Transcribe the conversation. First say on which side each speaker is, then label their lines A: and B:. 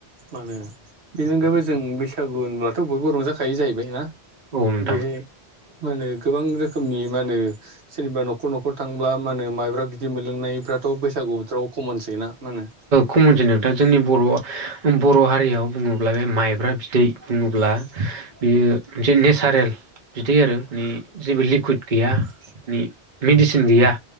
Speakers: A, on the right; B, on the right.
A: मा होनो बेनि अनगायैबो जों बैसागु होनब्लाथ' बयबो रंजाखायो जाहैबाय ना
B: औ नोंथां
A: बेहाय मा होनो गोबां रोखोमनि मा होनो जेनेबा न'खर न'खर थांब्ला मा होनो माइब्रा बिदै मोन लोंनायफ्राथ' बैसागु बोथोराव खमनसै ना होनो
B: कमनसै नोंथां जोंनि बर' बर' हारियाव बुङोब्ला बे माइब्रा बिदै बुङोब्ला बियो मोनसे नेसारेल बिदै आरो मानि जेबो लिकुइद गैया माने मेडिसिन गैया